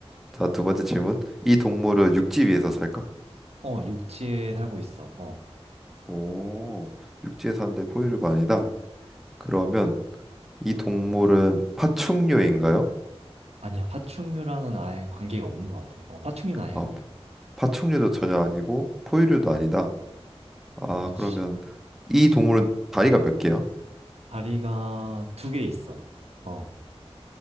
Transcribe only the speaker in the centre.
자, 두 번째 질문. 이 동물은 육지 위에서 살까?
오, 육지에 사는데 포유류가 아니다. 그러면 이 동물은 파충류인가요?
아,
파충류도 전혀 아니고 포유류도 아니다. 아,
그러면 이 동물은 다리가 몇 개야?